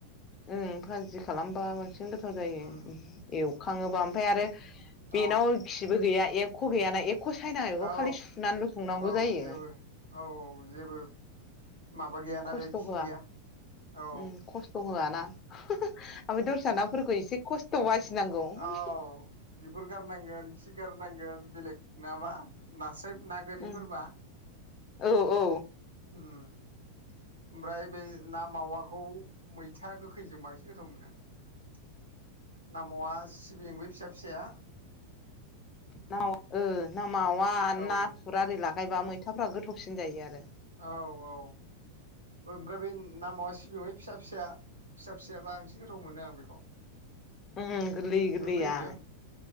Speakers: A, on the left; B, on the right.
A: उ भाजि खालामबा बांसिन गोथाव जायो
B: उम
A: एवखाङोबा
B: उम
A: ओमफ्राय आरो बेनाव
B: औ
A: खिबो गैया ए ख' गैयाना एख' सायनाा बेखौ
B: औ
A: खालि सुनानै लुफुंनांगौ
B: औ
A: जायो।
B: जेबो औ औ जेबो माबा गैयाना
A: खस्थ'
B: बे खि
A: होआ
B: गैया। औ
A: उम खस्थ' होआना ओमफ्राय दस्रा नाफोरखौ एसे खस्थ' बासिनांगौ ओ
B: औ बिगपर गारनांगोन खि गारनांगोन बेलेग नामा नास्राय ना गोरिफोरबा
A: उम औ औ
B: उम ओमफ्राय बे ना मावाखौ मैथा गोखैजों बांसिन गोथाव मोनो आ नामावा सिबिं बे फिसा फिसाया
A: न ना मावा नाथुर
B: औ
A: आरि लागायब्लाा मैथाफ्रा गोथावसिन जायो आरो
B: औ औ ओमफ्राय बे नामावा सिबिंहै फिसा फिसा फिसा फिसायाबा बांसिन गोथाव मोनो आं बेखौ
A: उम गोरलै गोरलैया
B: गोखैजों